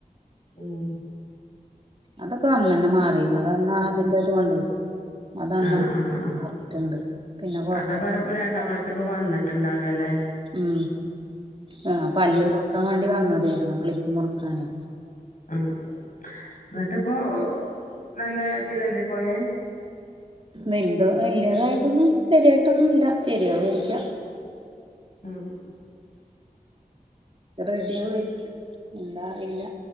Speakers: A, on the left; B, on the right.
A: ഉം
B: അതൊക്കെ അന്നന്നെ മാറിരുന്നു. അതന്നാ അതിന്റെ ഇതോണ്ടേ അത് അന്ന്
A: ആഹ് ആഹ്
B: ത <unintelligible>
A: ആഹ്
B: റീട്ട്ണ്ട്. പിന്നെ കൊഴപ്പോന്നും
A: അതാ പറ
B: ഇല്ല
A: രണ്ടാം പ്രാവശ്യം ഇപ്പോ വന്നിട്ടുണ്ടാകല്ലേ
B: ഉം, ആ
A: ഉം
B: പല്ല് മുറുക്കാൻ വേണ്ടി വന്നതേരുന്നു. ക്ലിപ്പ് മുറുക്കാനേ,
A: ഉം, ഉം. ന്നട്ട്‌പ്പോ നല്ല ഇതിലല്ലേ പോയേ?
B: വൽത് വലിയതായിട്ടൊന്നും ശരിയായിട്ടൊന്നുംല്ല. ശരിയാകുവായിരിക്കാം.
A: ആഹ്, അ
B: റെഡി ആവു ആയിരിക്കും. എന്താ അറിയില്ല,